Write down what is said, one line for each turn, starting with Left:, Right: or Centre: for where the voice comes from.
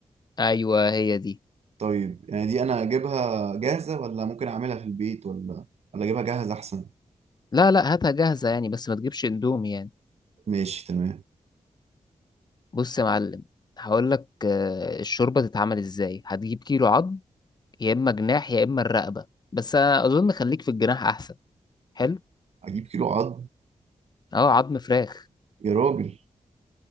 Left: أيوة هي دي
Right: طيب يعني دي انا اجيبها جاهزة ولا ممكن اعملها في البيت ولا ولا اجيبها جاهزة احسن
Left: لا لا هاتها جاهزة يعني بس ما تجيبش اندومي يعني
Right: ماشي تمام
Left: بص يا معلم هقول لك آه، الشوربة تتعمل ازاي هتجيب كيلو عظم يا إما جناح يا إما الرقبة بس أنا أظن خليك في الجناح أحسن حلو
Right: اجيب كيلو عظم
Left: أه عظم فراخ
Right: يا راجل